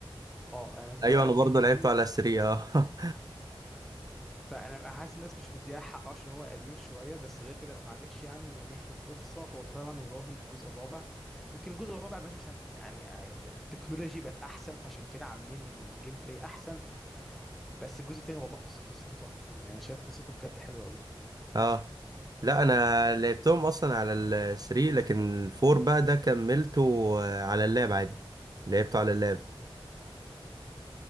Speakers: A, in the centre; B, on the right (about 40°).
A: اه انا كنت
B: ايوه
A: على البلاي
B: انا برضه
A: ستيشن 3
B: لعبته على
A: ف-
B: 3 اه
A: فانا حاسس الناس مش مديها حقه عشان هو قديم شويه بس غير كده لأ، معلش يعني من ناحيه القصه هو فعلا يضاهي الجزء الرابع يمكن الجزء الرابع ماشي عشان يعني التكنولوجي بقت احسن فعشان كده عاملين جيم بلاي احسن بس الجزء التاني والله قص- قصته تحفه فنيه انا شايف قصته بجد حلوه قوي
B: <laughs> اه لا انا لعبتهم اصلا على ال 3 لكن الفور بقى ده كملته آه، على اللاب عادي لعبته على اللاب